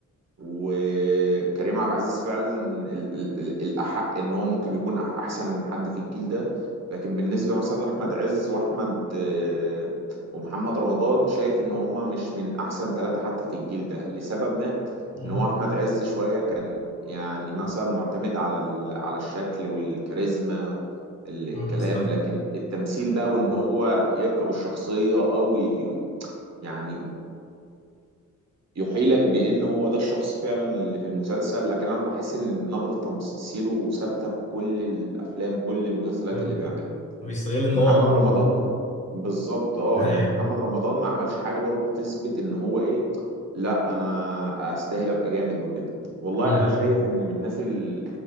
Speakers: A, on the right (about 55°); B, on the left (about 20°).
A: وكريم عبد العزيز فعلا ال- ال- ال- الأحق إن هو ممكن يكون أح- أحسن حد في الجيل ده لكن بالنسبة مثلا لأحمد عز وأحمد آه، ومحمد رمضان شايف إن هما مش من أحسن ثلاثة حتى في الجيل ده لسبب ما
B: مم.
A: إن هو أحمد عز شوية كان يعني مثلا معتمد على ال- على الشكل والكاريزما ال- الكلام
B: مم. صح
A: لكن التمثيل بقى وإن هو يركب الشخصية أو ي- ي- يعني يحيلك بان هو ده الشخص فعلا اللي في المسلسل لكن انا بحس ان نبرة تمثيله ثابتة في كل الافلام وكل المسلسلات
B: آه.
A: اللي بيعملها
B: بيستغل ان
A: محمد
B: هو امور
A: رمضان
B: كده.
A: بالظبط اه يعني
B: أيوة.
A: محمد رمضان ما عملش حاجة برضو تثبت ان هو ايه لا انا استاهل ابقى جامد وكده والله
B: مم.
A: انا شايف ان من الناس اللي